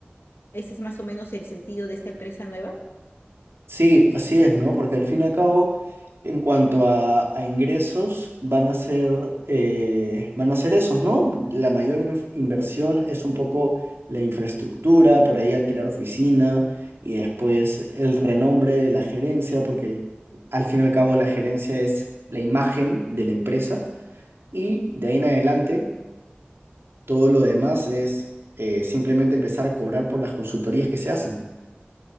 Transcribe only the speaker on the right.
Sí, así es, ¿no? Porque al fin y al cabo, en cuanto a, a ingresos, van a ser, eh, van a ser esos, ¿no? La mayor inf- inversión es un poco la infraestructura, por ahí alquilar oficina y después el renombre de la gerencia, porque al fin y al cabo la gerencia es la imagen de la empresa y de ahí en adelante todo lo demás es eh, simplemente empezar a cobrar por las consultorías que se hacen.